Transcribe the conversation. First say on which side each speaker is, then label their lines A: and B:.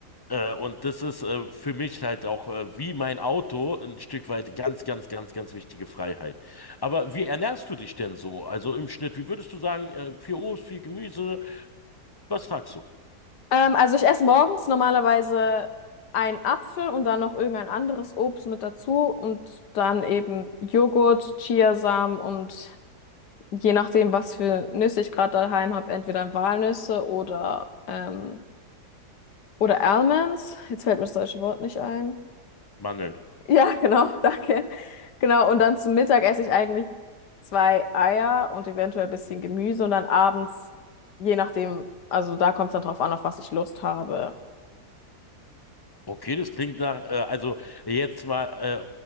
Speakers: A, on the left; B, on the left.
A: äh, und das ist äh, für mich halt auch äh, wie mein Auto ein Stück weit ganz, ganz, ganz, ganz wichtige Freiheit. Aber wie ernährst du dich denn so? Also im Schnitt, wie würdest du sagen, äh, viel Obst, viel Gemüse? Was fragst du?
B: Ähm, also ich esse morgens normalerweise einen Apfel und dann noch irgendein anderes Obst mit dazu und dann eben Joghurt, Chiasamen und je nachdem, was für Nüsse ich gerade daheim habe, entweder Walnüsse oder, ähm, oder Almonds. Jetzt fällt mir das deutsche Wort nicht ein.
A: Mandeln.
B: Ja, genau, <laughs> danke. Genau, und dann zum Mittag esse ich eigentlich zwei Eier und eventuell ein bisschen Gemüse und dann abends, je nachdem, also da kommt es dann drauf an, auf was ich Lust habe.
A: Okay, das klingt nach, äh, also jetzt mal äh,